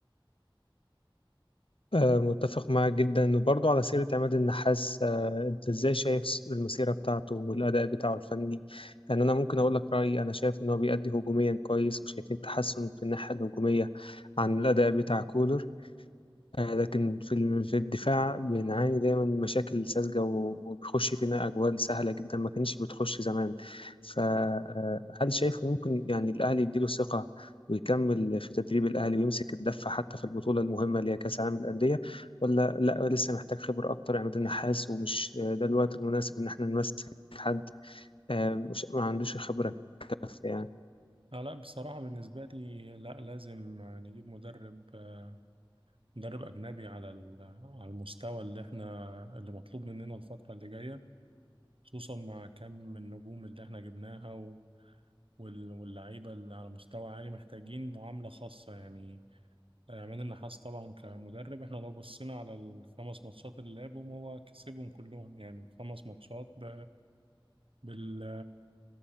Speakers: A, on the left; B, on the right.
A: آه، متفق معاك جدا وبرضه على سيره عماد النحاس آه، انت ازاي شايف المسيره بتاعته والاداء بتاعه الفني يعني انا ممكن اقول لك رايي انا شايف ان هو بيأدي هجوميا كويس وشايفين تحسن في الناحيه الهجوميه عن الاداء بتاع كولر آه، لكن في ال- في الدفاع بنعاني دايما من مشاكل ساذجة و- وبيخش فينا أجوال سهلة جدا ما كانتش بتخش زمان فهل شايفه ممكن يعني الأهلي يديله ثقة ويكمل في تدريب الأهلي ويمسك الدفة حتى في البطولة المهمة اللي هي كأس العالم للأندية ولا لا لسه محتاج خبرة أكتر عماد النحاس ومش آه، ده الوقت المناسب إن احنا نمسك حد آه، مش ما عندوش خبرة كافية يعني
B: آه لا بصراحة بالنسبة لي لا لازم آه، نجيب مدرب آه، مدرب أجنبي على ال- على المستوى اللي احنا اللي مطلوب مننا الفترة اللي جاية خصوصا مع كم من النجوم اللي احنا جبناها و... وال- واللعيبة اللي على مستوى عالي محتاجين معاملة خاصة يعني من النحاس طبعا كمدرب احنا لو بصنا على الخمس ماتشات اللي يابهم هو كسبهم كلهم يعني خمس ماتشات ب... بال...